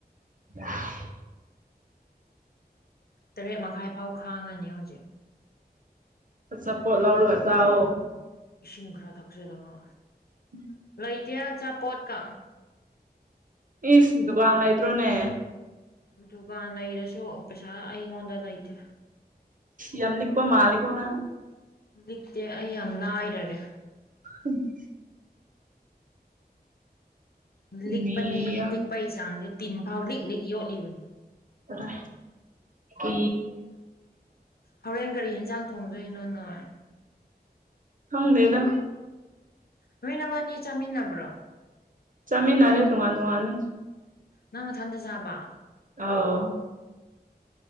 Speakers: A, on the right (about 55°); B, on the left (about 70°).
A: ꯑ
B: ꯇꯔꯦꯠ ꯃꯈꯥꯏ ꯐꯥꯎ ꯈꯥꯡꯉꯅꯤ ꯍꯧꯖꯤꯛ
A: ꯑꯆꯥ ꯐꯣ ꯂꯧꯔꯒ ꯆꯑꯣꯣ
B: ꯏꯁꯤꯡ ꯈꯔ ꯊꯛꯆꯔꯒ
A: ꯎꯝ
B: ꯂꯩꯊꯦꯜ ꯑꯆꯥꯄꯣꯠꯀ
A: ꯏꯤꯁ ꯗꯨꯀꯥꯟꯅ ꯏꯇ꯭ꯔꯣꯅꯦ
B: ꯗꯨꯀꯥꯟ ꯂꯩꯔꯁꯨ ꯄꯩꯁꯥ ꯑꯩꯉꯣꯟꯗ ꯂꯩꯇꯦ
A: ꯌꯂꯤꯛꯄꯥ ꯃꯥꯂꯤꯒꯅ
B: ꯂꯤꯛꯇꯦ ꯑꯩ ꯌꯥꯝ ꯂꯥꯏꯔꯔꯦ
A: ꯎꯝ ꯅꯤꯌꯥ
B: ꯂꯤꯛꯄꯅꯦ ꯂꯤꯛꯄꯒꯤ ꯆꯥꯡꯁꯦ ꯇꯤꯟ ꯐꯥꯎ ꯂꯤꯛ ꯂꯤꯛ ꯌꯣꯠꯂꯤꯕꯅꯦ
A: ꯇꯔ ꯀ
B: ꯍꯣꯔꯦꯟ ꯒꯥꯔꯤ ꯌꯦꯟꯖꯥꯡ ꯊꯣꯡꯗꯣꯏꯅꯣ ꯅꯣꯏ
A: ꯍꯪꯅꯦꯦꯗ
B: ꯂꯣꯏꯅꯃꯛꯅꯤ ꯆꯥꯃꯤꯟꯅꯕ꯭ꯔꯣ
A: ꯆꯃꯤꯟꯅꯔꯦ ꯊꯨꯡꯉ ꯇꯉꯅ
B: ꯅꯪ ꯅꯊꯟꯇ ꯆꯥꯕ
A: ꯑꯥꯎ